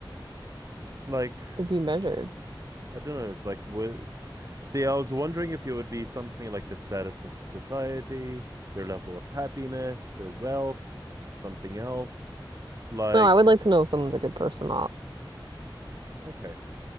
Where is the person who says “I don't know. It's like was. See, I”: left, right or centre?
Right